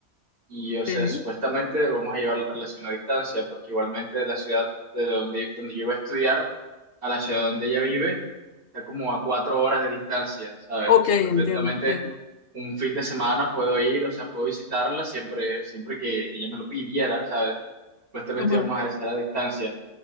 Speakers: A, on the right; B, on the left.
A: Y, o sea,
B: Sí.
A: supuestamente vamos a llevar la relación a distancia, porque igualmente de la ciudad de donde, donde yo iba a estudiar a la ciudad donde ella vive está como a cuatro horas de distancia, ¿sabes?
B: ok,
A: O sea,
B: entiendo,
A: perfectamente
B: entiendo.
A: un fin de semana puedo ir, o sea, puedo visitarla siempre, siempre que ella me lo pidiera, ¿sabes? Supuestamente
B: Ujú,
A: íbamos a hacer a distancia